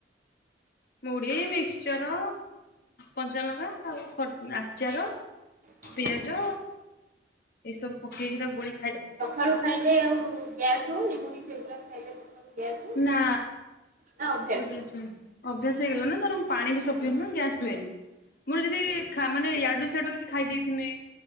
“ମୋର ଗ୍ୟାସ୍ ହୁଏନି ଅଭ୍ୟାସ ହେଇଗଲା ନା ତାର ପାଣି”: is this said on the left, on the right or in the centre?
Left